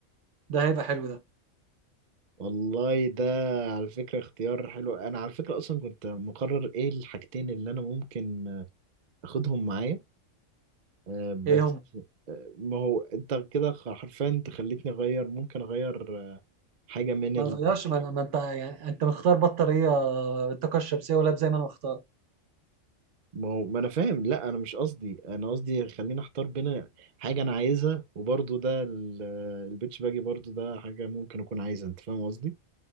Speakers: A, on the right; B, on the right.
A: ده هيبقى حلو ده
B: والله ده على فكرة اختيار حلو انا على فكرة اصلا كنت مقرر ايه الحاجتين اللي انا ممكن اخدهم معايا آه، بس
A: ايه هم
B: آه، ما هو انت كده خ- حرفيا انت خليتني اغير ممكن اغير آه، حاجه من
A: ما
B: ال...
A: غيرش ما, ما انت يعني انت مختار بطاريه بالطاقه الشمسيه ولاب زي ما انا مختار
B: ما هو ما انا فاهم لا انا مش قصدي انا قصدي خليني اختار بين حاجه انا عايزها وبرضه ده ال- آه، البيتش باجي برضه ده حاجه ممكن اكون عايزها انت فاهم قصدي